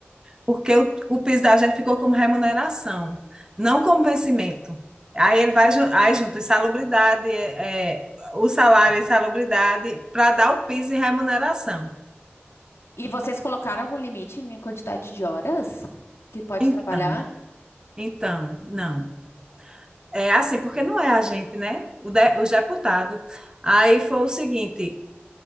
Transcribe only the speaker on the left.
E vocês colocaram algum limite na quantidade de horas que pode
trabalhar?